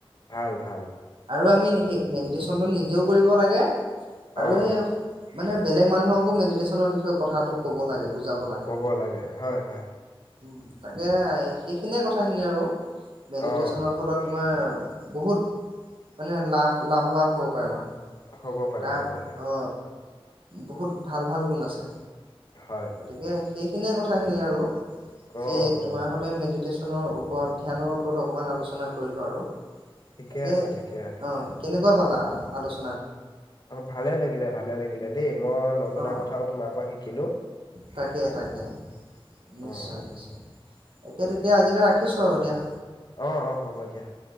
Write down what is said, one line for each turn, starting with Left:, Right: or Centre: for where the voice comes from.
Left: ভাল ভাল
Right: আৰু আমি সেই মেডিটেশ্যনটো নিজেও কৰিব লাগে আৰু
Left: অ'
Right: সেই মানে বেলেগ মানুহকো মেডিটেশ্যনৰ বিষয়ে কথাটো ক'ব লাগে। বুজাব লাগে।
Left: কব লাগে হয় হয়
Right: উম তাকে সেইখিনিয়ে কথাখিনি আৰু মেডিটেশ্যনৰ
Left: অ'
Right: ফলত তোমাৰ বহুত মানে লাভ লাভৱান হ'ব পাৰে মানুহ
Left: হ'ব পাৰে
Right: তাৰ
Left: হ'ব পাৰে
Right: অ বহুত ভাল ভাল গুণ আছে
Left: হয়
Right: গতিকে সেইখিনিয়ে কথাখিনি আৰু
Left: অ'
Right: সেই
Left: অ'
Right: তোমাৰ সতে মেডিটেশ্যনৰ ওপৰত ধ্যানৰ ওপৰত অকমান আলোচনা কৰিলো আৰু
Left: ঠিকে
Right: তাকে
Left: আছে ঠিকে আছে।
Right: অ কেনেকুৱা পালা আলোচ
Left: অ ভালে লাগিলে ভালে লাগিলে দেই মই নজনা
Right: অ
Left: কথাও তোমাৰ পৰা শিকিলো
Right: তাকে তাকে নিশ্চয়
Left: অ'
Right: নিশ্চয় তাকে তেতিয়া আজিলৈ ৰাখিছো আৰু দিয়া।
Left: অ অ হ'ব দিয়া।